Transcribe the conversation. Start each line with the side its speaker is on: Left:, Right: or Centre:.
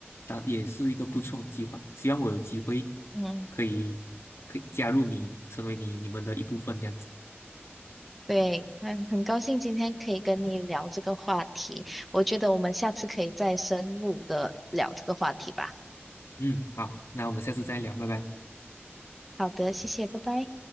Left: 当也是一个不错的计划，希望我有机会
Centre: 嗯
Left: 可以可以加入你，成为你你们的一部分这样子。
Centre: 对，嗯，很高兴今天可以跟你聊这个话题，我觉得我们下次可以再深入的聊这个话题吧。
Left: 嗯，好，那我们下次再聊，拜拜。
Centre: 好的，谢谢，拜拜。